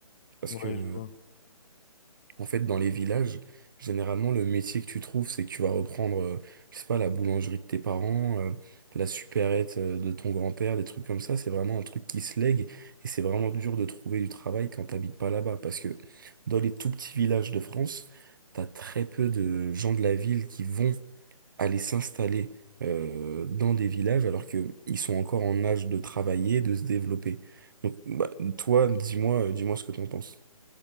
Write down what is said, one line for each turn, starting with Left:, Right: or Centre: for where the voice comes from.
Right: Parce
Left: Ouais,
Right: que
Left: je vois.
Right: en fait, dans les villages, généralement, le métier que tu trouves, c'est que tu vas reprendre, euh, je sais pas, la boulangerie de tes parents, euh, la supérette euh, de ton grand-père, des trucs comme ça. C'est vraiment un truc qui se lègue et c'est vraiment dur de trouver du travail quand t'habites pas là-bas. Parce que dans les tout petits villages de France, t'as très peu de gens de la ville qui vont aller s'installer euh, dans des villages alors que ils sont encore en âge de travailler, de se développer. Donc, bah, toi, dis-moi, euh, dis-moi ce que t'en penses.